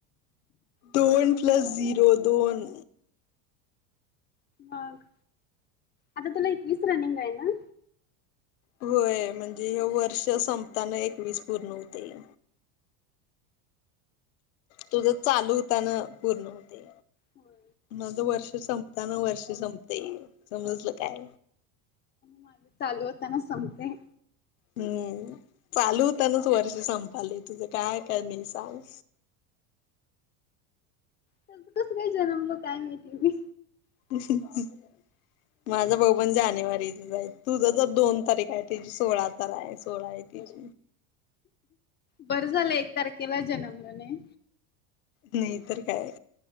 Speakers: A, on the left; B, on the left.
A: दोन प्लस झिरो दोन.
B: मग. आता तुला एकवीस रनिंग आहे ना?
A: होय. म्हणजे हे वर्ष संपताना एकवीस पूर्ण होतय. तुझ चालू होताना पूर्ण होते.
B: होय.
A: नझ वर्ष संपताना वर्ष संपते ये समजलं काय
B: माज चालू होताना संपतय.
A: हम्म चालू होतानाच वर्ष संपालय तुझं काय कमी हाय सांग.
B: त्यांच कसं काय जन्मलं काय माळतीे मी
A: ह माझं भाऊ पण जानेवारीचच आहे. तुझं जर दोन तारीख आहे त सोळा तर आहे, सोळा आहे तेच
B: बरं झालं एक तारखेला जलमलो नाय
A: नाही तर काय